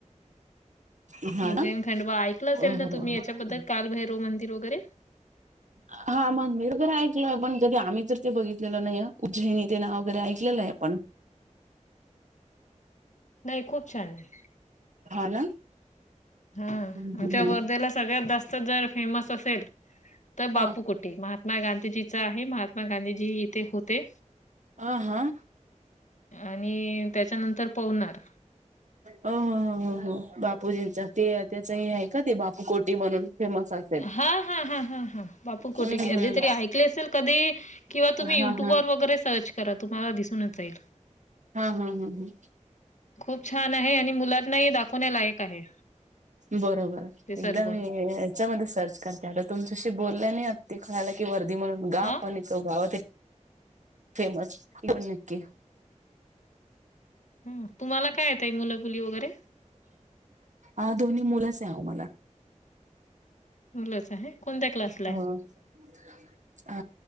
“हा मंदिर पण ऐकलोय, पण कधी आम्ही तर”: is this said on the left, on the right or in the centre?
Right